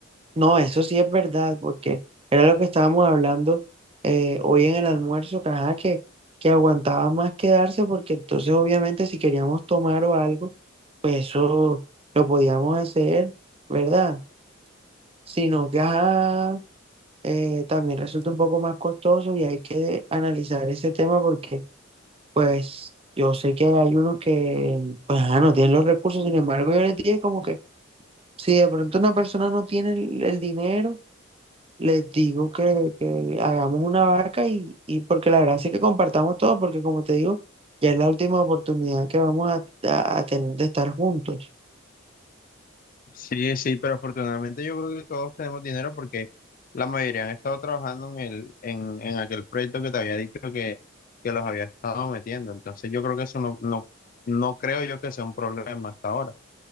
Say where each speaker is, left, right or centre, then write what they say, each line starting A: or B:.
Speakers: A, on the right; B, on the left.
A: No, eso sí es verdad, porque era lo que estábamos hablando eh, hoy en el almuerzo, que, ajá, que, que aguantaba más quedarse, porque entonces obviamente si queríamos tomar o algo, pues eso lo podíamos hacer, ¿verdad? Sino que, ajá, eh, también resulta un poco más costoso y hay que analizar ese tema porque, pues, yo sé que hay unos que, pues, ah, no tienen los recursos, sin embargo, yo les dije como que si de pronto una persona no tiene el, el dinero, les digo que, que hagamos una vaca y, y porque la verdad es que compartamos todo, porque como te digo, ya es la última oportunidad que vamos a, a- a tener de estar juntos.
B: Sí, sí, pero afortunadamente yo creo que todos tenemos dinero porque la mayoría han estado trabajando en el, en, en aquel proyecto que te había dicho que, que los había estado metiendo. Entonces yo creo que eso no, no, no creo yo que sea un problema hasta ahora.